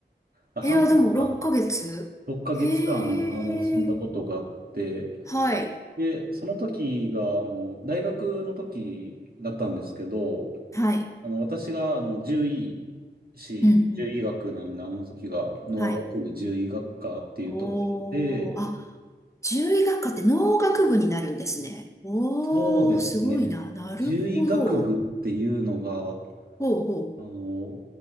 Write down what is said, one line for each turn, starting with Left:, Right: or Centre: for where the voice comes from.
Right: あ、半年間、
Left: いや、でも6ヶ月。
Right: 6ヶ月間、
Left: へえ。
Right: あの、住んだことがあって、
Left: はい。
Right: で、その時が、あの、大学の時だったんですけど、
Left: はい。
Right: あの、私が、あの、獣医師、
Left: うんうん。
Right: 獣医学なんで、あの時が、農学部獣医学科っていうところで、
Left: はい。おー、あ、獣医学科って農学部になるんですね。おー、
Right: そうですね、
Left: すごいな。なるほど。
Right: 獣医学部っていうのが、
Left: ほうほ
Right: あの、